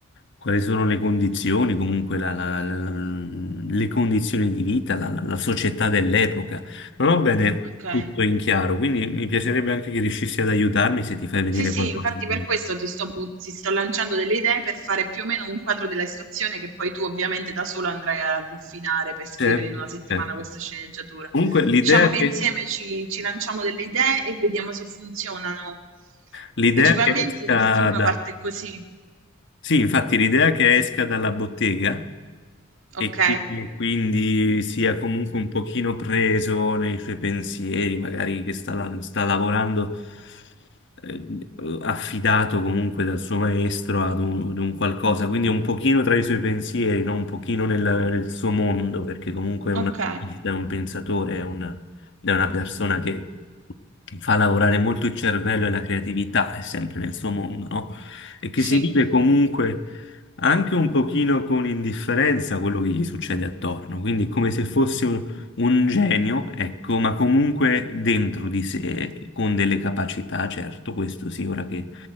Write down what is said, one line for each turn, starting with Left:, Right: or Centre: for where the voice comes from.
Left: quali sono le condizioni, comunque la- la- la- la- le condizioni di vita, la, la- la società dell'epoca. Non ho bene
Right: Ok.
Left: tutto in chiaro, quindi mi piacerebbe anche che riuscissi ad aiutarmi se ti fai venire
Right: Sì, sì,
Left: qualcosa
Right: infatti
Left: in
Right: per
Left: mente.
Right: questo ti sto, bu- ti sto lanciando delle idee per fare più o meno un quadro della situazione che poi tu ovviamente da solo andrai a raffinare per scrivere
Left: Certo,
Right: in una settimana
Left: certo.
Right: questa sceneggiatura.
Left: Comunque l'idea
Right: Diciamo che
Left: che,
Right: insieme ci, ci lanciamo delle idee e vediamo se funzionano.
Left: l'idea
Right: Principalmente
Left: che esca
Right: il film
Left: da...
Right: parte così,
Left: Sì, infatti l'idea che esca dalla bottega e
Right: ok?
Left: che quindi sia comunque un pochino preso nei suoi pensieri, magari che sta, la- sta lavorando eh, affidato comunque dal suo maestro ad un, ad un qualcosa, quindi è un pochino tra i suoi pensieri, no? Un pochino nel, nel suo mondo, perché comunque è
Right: Ok,
Left: un artista, è un pensatore, è una, è una persona che fa lavorare molto il cervello e la creatività, è sempre nel suo mondo, no? E che
Right: sì,
Left: si vive comunque anche un pochino con indifferenza quello che gli succede attorno, quindi è come se fosse un genio, ecco, ma comunque dentro di sé, con delle capacità, certo, questo sì, ora che,